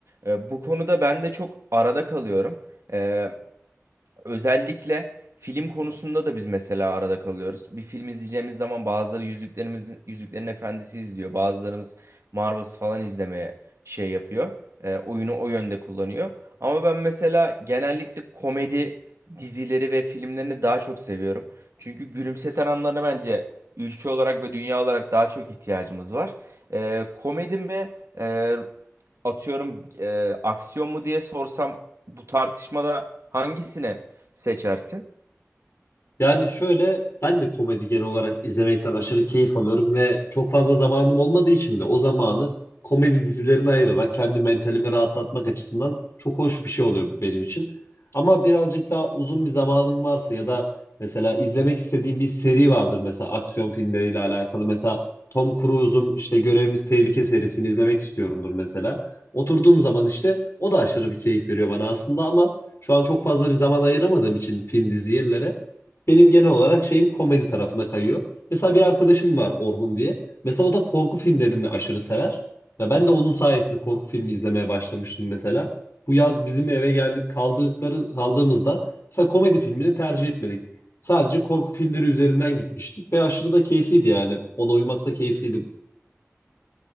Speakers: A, on the right (about 65°); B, on the left (about 60°).
A: E, bu konuda ben de çok arada kalıyorum. E, Özellikle film konusunda da biz mesela arada kalıyoruz. Bir film izleyeceğimiz zaman bazıları yüzüklerimiz Yüzüklerin Efendisi izliyor. Bazılarımız Marvel's falan izlemeye şey yapıyor. E, oyunu o yönde kullanıyor. Ama ben mesela genellikle komedi dizileri ve filmlerini daha çok seviyorum. Çünkü gülümseten anlarına bence ülke olarak ve dünya olarak daha çok ihtiyacımız var. E, komedi mi e, atıyorum e, aksiyon mu diye sorsam bu tartışmada hangisine seçersin.
B: Yani şöyle ben de komedi genel olarak izlemekten aşırı keyif alıyorum ve çok fazla zamanım olmadığı için de o zamanı komedi dizilerine ayırarak kendi mentalimi rahatlatmak açısından çok hoş bir şey oluyor benim için. Ama birazcık daha uzun bir zamanım varsa ya da mesela izlemek istediğim bir seri vardır mesela aksiyon filmleriyle alakalı. Mesela Tom Cruise'un işte Görevimiz Tehlike serisini izlemek istiyorumdur mesela. Oturduğum zaman işte o da aşırı bir keyif veriyor bana aslında ama şu an çok fazla bir zaman ayıramadığım için film dizilere benim genel olarak şeyim komedi tarafına kayıyor. Mesela bir arkadaşım var Orhun diye. Mesela o da korku filmlerini aşırı sever. Ya ben de onun sayesinde korku filmi izlemeye başlamıştım mesela. Bu yaz bizim eve geldik kaldıkları kaldığımızda mesela komedi filmini tercih etmedik. Sadece korku filmleri üzerinden gitmiştik ve aşırı da keyifliydi yani. Ona uymak da keyifliydi